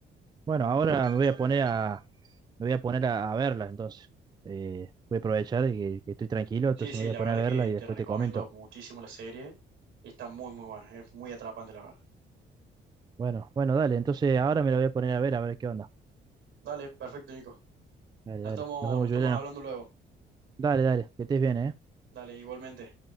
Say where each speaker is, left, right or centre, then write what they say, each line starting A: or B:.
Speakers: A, on the right; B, on the right.
A: Bueno, ahora me voy a poner a, me voy a poner a, a verla, entonces. Eh, voy a aprovechar que, que estoy tranquilo, entonces
B: Sí, sí,
A: me voy
B: la
A: a poner
B: verdad
A: a
B: que
A: verla y después
B: te recomiendo
A: te comento.
B: muchísimo la serie y está muy, muy buena, es muy atrapante, la verdad.
A: Bueno, bueno, dale, entonces ahora me la voy a poner a ver, a ver qué onda.
B: Dale, perfecto, Nico.
A: Dale,
B: Nos
A: dale.
B: estamos,
A: Nos vemos,
B: nos estamos
A: Juliano.
B: hablando luego.
A: Dale, dale, que estés bien, ¿eh?
B: Dale, igualmente.